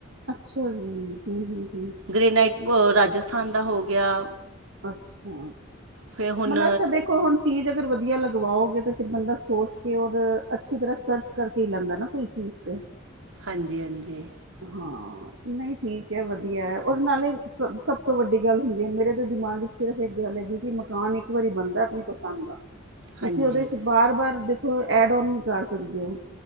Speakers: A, on the right; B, on the right.
A: ਅੱਛਾ ਜੀ ਹਮ ਹਮ।
B: ਗ੍ਰੇਨਾਈਟ ਪ ਰਾਜਸਥਾਨ ਦਾ ਹੋ ਗਿਆ।
A: ਅੱਛਾ,
B: ਫਿਰ ਹੁਣ
A: ਮਤਲਬ ਅੱਛਾ ਦੇਖੋ ਹੁਣ ਚੀਜ਼। ਅਗਰ ਵਧੀਆ ਲਗਵਾਓਗੇ ਤੇ ਫਿਰ ਬੰਦਾ ਸੋਚ ਕੇ ਔਰ ਅੱਛੀ ਤਰ੍ਹਾਂ ਸਰਚ ਕਰਕੇ ਹੀ ਲੈਂਦਾ ਨਾ ਕੋਈ ਚੀਜ਼ ਤੇ।
B: ਹਾਂਜੀ- ਹਾਂਜੀ।
A: ਹਾਂ ਨਹੀਂ ਠੀਕ ਹੈ, ਵਧੀਆ ਹੈ ਔਰ ਨਾਲੇ ਸਭ -ਸਭ ਤੋਂ ਵੱਡੀ ਗੱਲ ਹੁੰਦੀ ਹੈ ਮੇਰੇ। ਦਿਮਾਗ ਚ ਸਿਰਫ ਇੱਕ ਗੱਲ ਹੈਗੀ ਕਿ ਮਕਾਨ ਇੱਕ ਵਾਰੀ ਬਣਦੈ ਆਪਣੀ ਪਸੰਦ ਦਾ। ਤੁਸੀਂ
B: ਹਾਂਜੀ
A: ਉਹਦੇ ਚ ਬਾਰ- ਬਾਰ ਦੇਖੋ ਐਡ ਓਨ ਨਹੀਂ ਕਰ ਸਕਦੇ ਹੋ।